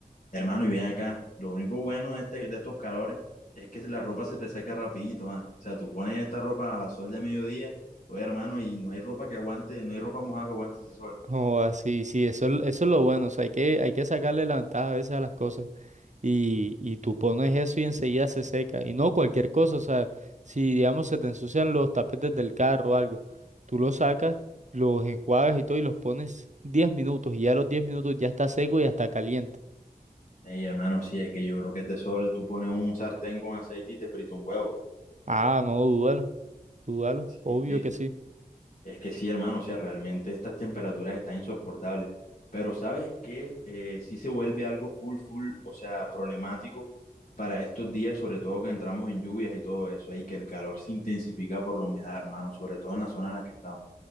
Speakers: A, on the left; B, on the right.
A: Hermano, y bien acá. Lo único bueno de, este, de estos calores es que la ropa se te seca rapidito, ah. O sea, tú pones esta ropa a sol de mediodía, oye, hermano, y no hay ropa que aguante, no hay ropa mojada que aguante ese sol.
B: <laughs> oh así, sí, eso, es- eso es lo bueno. O sea, hay que, hay que sacarle la ventaja a veces a las cosas. y, y tú pones eso y enseguida se seca. Y no cualquier cosa, o sea, si digamos se te ensucian los tapetes del carro o algo, tú los sacas, los enjuagas y todo y los pones 10 minutos y ya a los 10 minutos ya está seco y hasta caliente.
A: Ey, hermano, sí, es que yo creo que este sol, tú pones un sartén con aceite y te frita un huevo.
B: Ah, no, dúdalo, dúdalo,
A: Sí,
B: obvio
A: sí.
B: que sí.
A: Es que sí, hermano, o sea, realmente estas temperaturas están insoportables. Pero ¿sabes qué? Eh, sí se vuelve algo full, full, o sea, problemático para estos días, sobre todo que entramos en lluvias y todo eso, y que el calor se intensifica por la humedad, hermano, sobre todo en la zona en la que estamos.